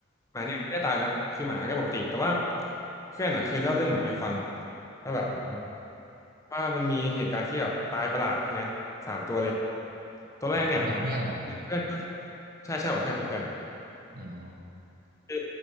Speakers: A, on the left; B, on the right.
A: หมาเนี่ยไม่ได้ตายนะคือหมาก็ปกติแต่ว่าเพื่อนอ่ะเคยเล่าเรื่องหมาให้ฟังว่าแบบ
B: อืม
A: ว่ามันมีเหตุการณ์ที่แบบตายประหลาดใช่ไหมสามตัวเลยตัวแรกเนี่ย
B: อืมหมาเพื่อนเหรอ
A: เหมือนเพื่อนปะใช่ใช่ของเพื่อนของเพื่อน
B: อืม
A: คือ